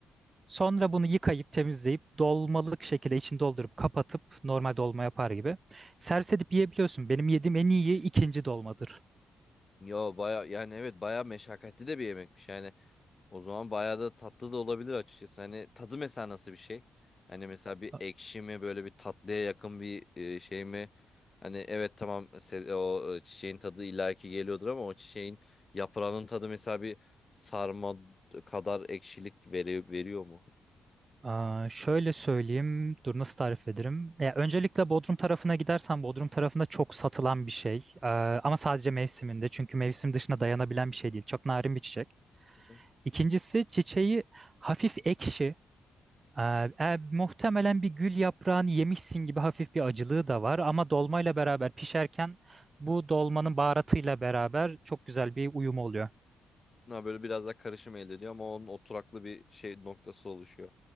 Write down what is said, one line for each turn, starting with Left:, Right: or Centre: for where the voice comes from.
Right: sonra bunu yıkayıp temizleyip dolmalık şekilde içini doldurup kapatıp normal dolma yapar gibi servis edip yiyebiliyorsun. Benim yediğim en iyi ikinci dolmadır.
Left: Yo baya yani evet baya meşakkatli de bir yemekmiş yani o zaman baya da tatlı da olabilir açıkçası hani tadı mesela nasıl bir şey hani mesela bir
Right: A-
Left: ekşi mi böyle bir tatlıya yakın bir e, şey mi hani evet tamam se- o e, çiçeğin tadı illaki geliyordur ama o çiçeğin yaprağının tadı mesela bir sarma kadar ekşilik veriyor, veriyor mu?
Right: Aa, şöyle söyleyeyim. Dur nasıl tarif ederim? Ya, öncelikle Bodrum tarafına gidersen Bodrum tarafında çok satılan bir şey. Ee, ama sadece mevsiminde. Çünkü mevsim dışında dayanabilen bir şey değil. Çok narin bir çiçek.
Left: Hı.
Right: İkincisi çiçeği hafif ekşi. Ee, e, muhtemelen bir gül yaprağını yemişsin gibi hafif bir acılığı da var. Ama dolmayla beraber pişerken bu dolmanın baharatıyla beraber çok güzel bir uyum oluyor.
Left: Ha, böyle biraz daha karışım elde ediyor ama onun oturaklı bir şey noktası oluşuyor.